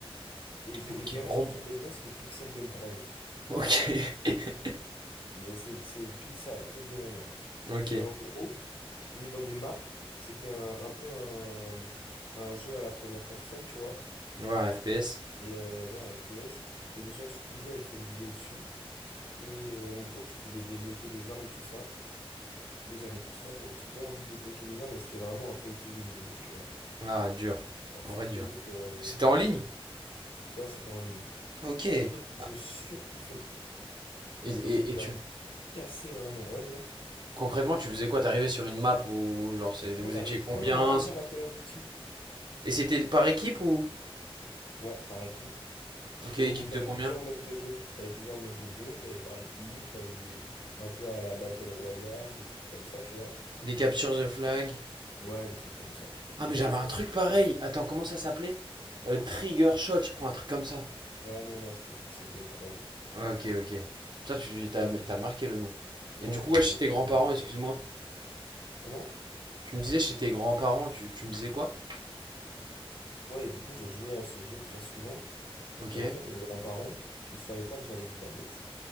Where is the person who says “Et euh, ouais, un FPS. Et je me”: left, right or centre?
Left